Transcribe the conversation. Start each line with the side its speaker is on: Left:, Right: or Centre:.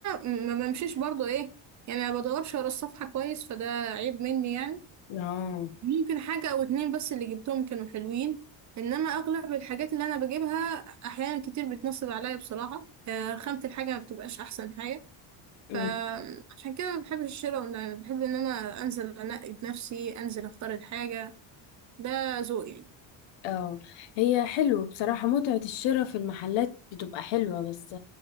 Right: انا ما بمشيش برضو ايه يعني ما بدورش ورا الصفحه كويس فده عيب مني يعني
Left: <laughs> اه
Right: يمكن حاجه او اتنين بس اللي جبتهم كانوا حلوين انما اغلب الحاجات اللي انا بجيبها احيانا كتير بتنصب عليا بصراحه آه، خامه الحاجه ما بتبقاش احسن حاجه
Left: أمم،
Right: فعشان كده ما بحبش الشراء اونلاين بحب ان انا انزل انقي بنفسي انزل اختار الحاجه ده ذوقي يعني.
Left: اه هي حلو بصراحة متعة الشراء في المحلات بتبقى حلوة بس